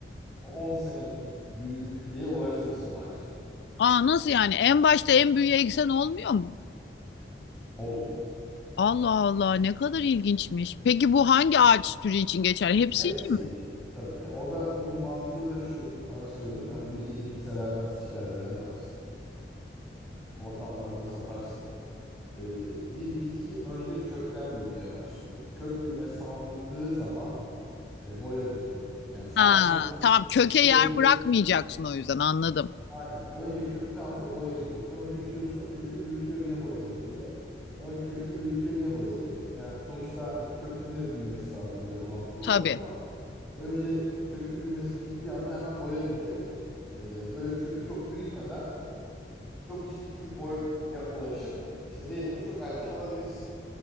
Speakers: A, in the centre; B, on the left.
A: o 10 senelik büyüklüğe ulaştırırsın ağacı.
B: Aa nasıl yani? En başta en büyüğe eksen olmuyor mu?
A: Olmuyor.
B: Allah Allah ne kadar ilginçmiş. Peki bu hangi ağaç türü için geçer? Hepsi
A: Hepsi
B: için mi?
A: için. Tabii. Ya o da onun mantığı da şu. Sana söyleyeyim. Yani bu bilgiyi de kimse vermez. Hiçbir yerde öğrenemezsin. ortamlarda da satarsın. Ee, bir bitki önce kökten büyümeye başlıyor. Kök büyümesi tamamladığı zaman e, boya gidiyor. Yani saksının
B: Ha, tamam köke
A: küçük olduğu
B: yer
A: için
B: bırakmayacaksın o yüzden anladım.
A: aynen. Önce kökü tamamlıyor boya gidiyor. Sonra büyütüyorsun kökü büyütüyor yine boya gidiyor. Sonra kökü büyütüyor yine boya gidiyor. Yani sonuçta hani kökün de büyümesi lazım biraz orantılı olarak
B: Tabii.
A: ama önce kökün büyümesi bittiği anda hemen boya giderek e, böyle kökü çok büyütmeden çok ciddi bir boya ulaşıp işte verimi çok erken alabilirsin.